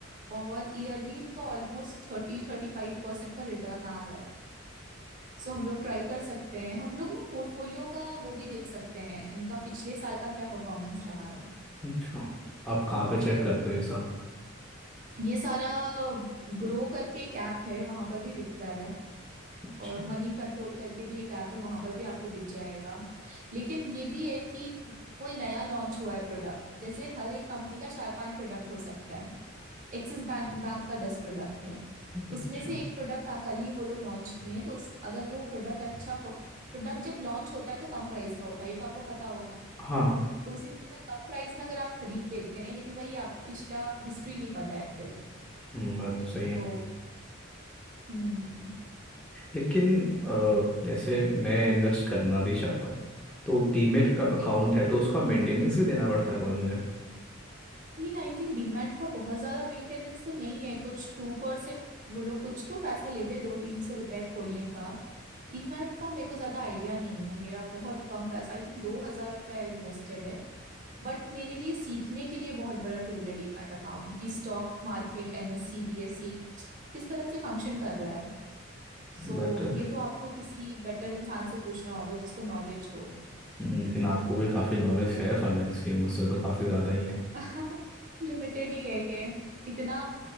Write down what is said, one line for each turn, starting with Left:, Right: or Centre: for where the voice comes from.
Right: और ईयरली इनका almost thirty thirty five percent का रिटर्न आ रहा है सो हम लोग ट्राई कर सकते हैं हम लोग ना पोर्टफोलियो का वो भी देख सकते हैं इनका पिछले साल का क्या परफॉर्मेंस रहा है
Centre: अच्छा आप कहाँ
Right: और
Centre: पे चेक करते हो ये सब
Right: ये सारा ग्रो करके एक ऐप है वहां पर भी दिखता है
Centre: अच्छा
Right: और मनी कंट्रोल करके भी एक ऐप है वहां पर भी आपको दिख जाएगा लेकिन ये भी है कि कोई नया लॉन्च हुआ है प्रोडक्ट जैसे हर एक कंपनी का चार पांच प्रोडक्ट हो सकता है एक्सिस बैंक बैंक का दस प्रोडक्ट है
Centre: अच्छा
Right: उसमें से एक प्रोडक्ट कल ही वो लोग लॉन्च किए हैं तो उस अगर वो प्रोडक्ट अच्छा प्रोडक्ट जब लॉन्च होता है तो कम प्राइस का होता है ये तो आपको पता होगा
Centre: हाँ
Right: तो उसी तरह कम प्राइस में अगर आप खरीद लेते हैं लेकिन वही आपको पिछला हिस्ट्री नहीं पता है फिर
Centre: हम्म, बात तो सही है
Right: तो हम्म
Centre: लेकिन अ, जैसे मैं इन्वेस्ट करना भी चाहता हूँ तो डीमेट का अकाउंट
Right: ठीक है
Centre: है तो उसका मेंटेनेंस भी देना पड़ता है कोई मुझे
Right: नहीं आई थिंक डीमैट का बहुत ज्यादा मेंटेनेंस तो नहीं है कुछ टू परसेंट वो लोग कुछ तो पैसा लेते हैं दो तीन सौ रुपए खोलने का डीमैट का मेरे को ज्यादा आइडिया नहीं है मेरा बहुत कम पैसा आई थिंक दो हजार रुपये इन्वेस्टेड है बट मेरे लिए सीखने के लिए बहुत बड़ा टूल है डीमैट अकाउंट कि स्टॉक मार्केट एनएससी बीएससी किस तरह से फंक्शन कर रहा है सो
Centre: बट
Right: so, ये तो आपको किसी बेटर इंसान से पूछना होगा जिसको नॉलेज हो
Centre: लेकिन आपको भी काफ़ी नॉलेज है फाइनेंस की मुझसे तो काफ़ी ज़्यादा ही है
Right: <laughs> लिमिटेड ही है ये इतना